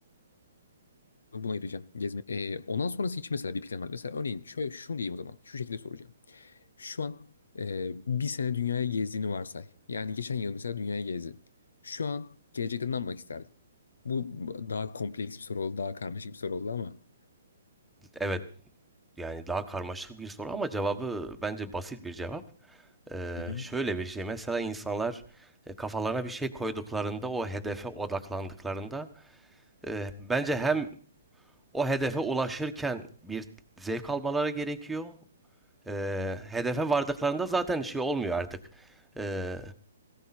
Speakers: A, on the left; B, in the centre.
A: buna ayıracağım gezme. Ee, ondan sonrası için mesela bir plan var. Mesela örneğin şöyle şunu diyeyim o zaman. Şu şekilde soracağım. Şu an e, bir sene dünyaya gezdiğini varsay. Yani geçen yıl mesela dünyaya gezdin. Şu an gelecekte ne yapmak isterdin? Bu daha kompleks bir soru oldu, daha karmaşık bir soru oldu ama.
B: Evet yani daha karmaşık bir soru ama cevabı bence basit bir cevap. E,
A: Hı hı.
B: şöyle bir şey mesela insanlar e, kafalarına bir şey koyduklarında o hedefe odaklandıklarında e, bence hem O hedefe ulaşırken bir zevk almaları gerekiyor. Ee, hedefe vardıklarında zaten şey olmuyor artık. Ee,